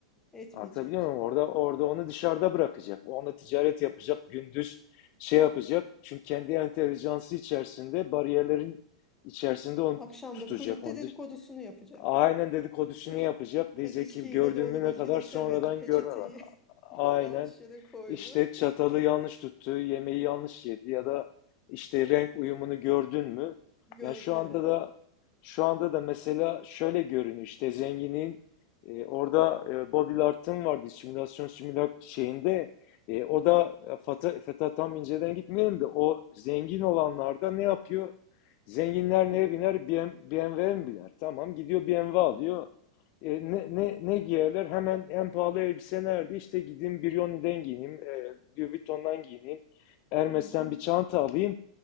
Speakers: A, on the left (about 15°); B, on the left (about 45°).
A: Etmeyecek.
B: Anlatabiliyor muyum? Orada orada onu dışarıda bırakacak. O Onunla ticaret yapacak, gündüz şey yapacak. Çünkü kendi entelijansı içerisinde bariyerlerin içerisinde onu
A: Akşam
B: tutacak.
A: da kulüpte
B: Onu
A: dedikodusunu
B: dış-
A: yapacak.
B: aynen dedikodusunu
A: <laughs> İşte,
B: yapacak. Diyecek
A: e, içkiyi
B: ki gördün
A: de doğru
B: mü
A: düzgün
B: ne kadar
A: içemedi.
B: sonradan
A: Peçeteyi
B: görme var.
A: <laughs>
B: Aynen.
A: yanlış yere koydu.
B: işte çatalı yanlış tuttu, yemeği yanlış yedi ya da işte renk uyumunu gördün mü?
A: Gör,
B: Yani şu
A: evet.
B: anda da şu anda da mesela şöyle görünüyor işte zenginin e, orada e, Body Art'ın vardı simülasyon simülak şeyinde e, o da e, Fata- Feta tam inceden gitmiyorum da o zengin olanlarda ne yapıyor? Zenginler neye biner? BM- BMW 'ye mi biner? Tamam gidiyor BMW alıyor.
A: Tamam.
B: E, ne, ne, ne giyerler? Hemen en pahalı elbise nerede? İşte gideyim Brioni'den giyineyim, e, Louis Vuitton'dan giyineyim, Hermes'ten
A: Mhm.
B: bir çanta alayım.